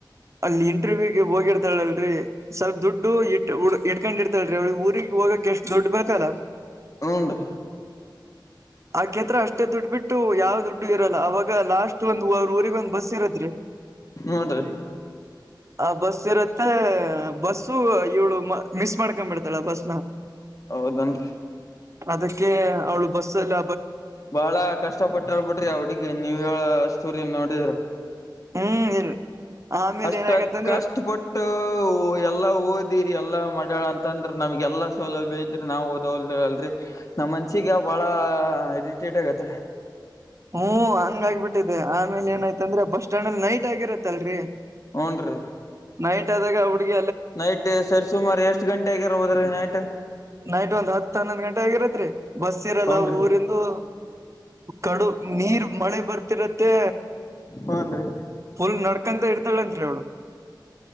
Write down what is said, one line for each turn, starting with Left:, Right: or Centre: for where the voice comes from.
Right: ಅಲ್ಲಿ ಇಂಟರ್ವ್ಯೂಗೆ ಹೋಗಿರ್ತಾಳಳ ಅಲ್ರಿ ಸಲ್ ದುಡ್ಡು ಇ ಇಟ್ಕೊಂಡ್ ಇರ್ತಾಳ್ರೀ ಅವಳ ಊರಿಗೆಗ್ ಹೋಗಕಕ್ ಎಷ್ಟು ದುಡ್ಡು ಬೇಕತಲ್ಲ
Left: ಹಂರ್
Right: ಆಕೆತ್ರ ಅಷ್ಟೇ ದುಡ್ಡು ಬಿಟ್ಟು ಯಾವ್ ದುಡ್ಡು ಇರಲ್ಲ ಅವವಾಗ ಲಾಸ್ಟ್ ಒಂದ್್ರ ಊರಿಗೆಗ ಒಂದ ಬಸ್ ಇರತ್
Left: ಹುನ್ರಿ
Right: ಆ ಬಸ್ ಇರತ್ತೆ ಬಸ್ಸು ಇವಳುಮಿಸ್ ಮಾಡ್ಕೊ್ಬಿಡ್ತಾಳ ಬಸ್ನ
Left: ಹೌದನ್
Right: ಅದಕ್ಕೆ ಅವಳು ಬಸ್ ಎಲ್ಲ
Left: ಬಾಳ ಕಷ್ಟ ಪಟ್ಟಳ್ಬಿಟ್ರಿ ಅವಡಿಗೆ ನೀವ ಹೇಳ ಸ್ಟೋರಿ ನೋಡಿದ್ರ
Right: ಹ್ಮ್ ಇಲ್ರಿ ಆಮೇಲೆ
Left: ಅಷ್ಟ
Right: ಏನಾಗತ್ತಂದ್ರೆ
Left: ಕಷ್ಟಪಟ್ಟು ಎಲ್ಲಾ ಓದಿ ಎಲ್ಲಾ ಮಾಡ್ಯಾಳ ಅಂತಂದ್ರ ನಮ್ಗೆ ಎಲ್ಲಾ ಸೌಲಭ್ಯ ಇದ್ರಿ ನಾವ್ ಓದವಲ್ ಅಲ್ರರಿ ನಮ್ಮ ಮನ್ಸಿಗೆ ಭಾಳ ಇರಿಟೇಟ್ ಆಗತ್ರಿ
Right: ಹ್ಮ್ ಹಂಗ ಆಗ್ಬಿಟ್ಟಿದೆೆ ಆಮೇಲೆ ಏನಾಯ್ತಂದ್ರೆ ಬಸ್ ಸ್ಟ್ಯಾಂಡ್ ಅಲ್ಲಿ ನೈಟ್ ಆಗಿರತ್ತಲ್ರರಿ
Left: ಹ್ನ್ ರೀ
Right: ನೈಟ್ ಆದಾಗ ಹುಡುಗ
Left: ನೈಟ್ ಸರಿ ಸುಮಾರು ಎಷ್ಟು ಗಂಟೆ ಆಗಿರ್ಬೋದ್ರೀ ನೈಟ್
Right: ನೈಟ್ ಒಂದ್ ಹತ್ತು ಹನ್ನೊಂದ್ ಗಂಟೆ ಆಗಿರತ್ರಿ ಬಸ್ ಇರಲ್ಲ
Left: ಹೂನ್ರಿ
Right: ಊರಿಂದು ಕಡು ನೀರ್ ಮಳೆ ಬರ್ತಿರತ್ತೆ
Left: ಹನ್ರಿ
Right: ಫುಲ್ ನಡ್ಕಂತ ಇರ್ತಾಳಂತ್ರಿ ಅವಳು